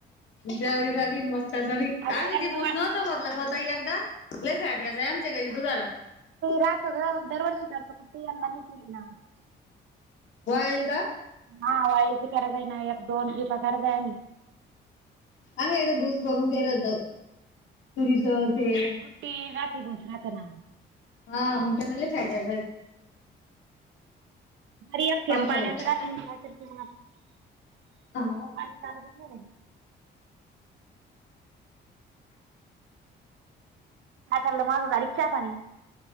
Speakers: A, on the left; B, on the right.
A: जवरी झारी मस्त झारी
B: अगं
A: का मी
B: यंदा
A: ते बूसतो..
B: वा
A: रलं होता एकदा लेफाट याच आहे आमच्या काही तुझारा.
B: राखग दरवार्ज काता कुठी आणि केली ना. <unintelligible>
A: वालेलं का
B: हा वाईलची करज आहे ना एक दोन लिप गरज आहे आणि.
A: आम्ही एकदा भूस भरून गेलं होत सुरीच ते.
B: ते राती बस राहता ना.
A: हा मुख्याम फचाट्या
B: घर अखेम
A: पावसाळ्यात
B: पाण्याच राख. <unintelligible>
A: हा
B: काचाल्ल मा अडीचा पणी.